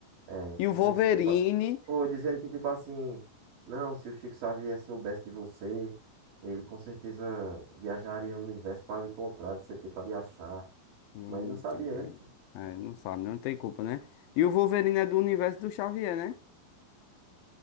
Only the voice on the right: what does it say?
é,
dizendo
que tipo, foi dizendo que tipo assim, não, se o Chico Xavier soubesse de você, ele com certeza viajaria no universo para lhe encontrar, não sei o que, para lhe achar.
Mas ele não sabia,
né?